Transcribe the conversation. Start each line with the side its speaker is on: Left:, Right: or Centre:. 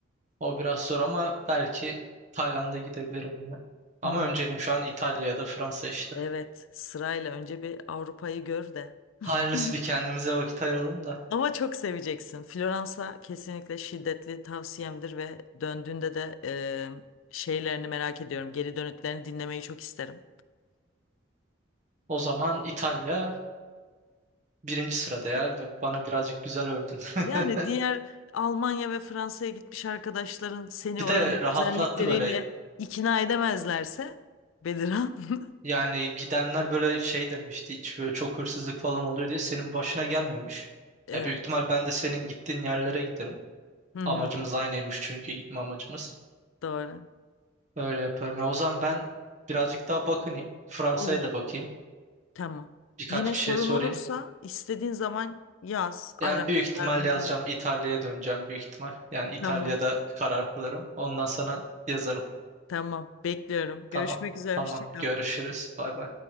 Right: O biraz zor ama belki Tayland'a gidebilirim ya. Ama
Left: Hmm,
Right: önceliğim şu an İtalya ya da Fransa işte.
Left: evet, sırayla önce bir Avrupa'yı gör de.
Right: Hayırlısı
Left: <laughs>
Right: bir kendimize vakit ayıralım da.
Left: Ama çok seveceksin. Floransa kesinlikle şiddetli tavsiyemdir ve döndüğünde de e, şeylerini merak ediyorum. Geri dönütlerini dinlemeyi çok isterim.
Right: O zaman İtalya birinci sırada ya. Bana birazcık güzel övdün.
Left: Yani
Right: <laughs>
Left: diğer Almanya ve Fransa'ya gitmiş arkadaşların seni
Right: Bir
Left: oranın
Right: de rahatlattı
Left: güzellikleriyle
Right: böyle.
Left: ikna edemezlerse Bediran. <laughs>
Right: Yani gidenler böyle şey demişti. Hiç böyle çok hırsızlık falan oluyor diye senin başına gelmemiş.
Left: Evet.
Right: Ya büyük ihtimal ben de senin gittiğin yerlere giderim.
Left: Hı
Right: Amacımız
Left: hı,
Right: aynıymış çünkü gitme amacımız.
Left: doğru.
Right: Öyle yaparım. E, O zaman ben birazcık daha bakınayım. Fransa'ya
Left: Olur.
Right: da bakayım.
Left: Tamam.
Right: Birkaç
Left: Yine
Right: kişiye
Left: sorun
Right: sorayım.
Left: olursa istediğin zaman yaz, ara,
Right: Yani büyük ihtimal
Left: yardımcı
Right: yazacağım.
Left: ol.
Right: İtalya'ya döneceğim büyük ihtimal. Yani İtalya'da
Left: Tamam.
Right: karar kılarım. Ondan sana yazarım.
Left: Tamam. Bekliyorum.
Right: Tamam.
Left: Görüşmek üzere.
Right: Tamam.
Left: Hoşça kal.
Right: Görüşürüz. Bay bay.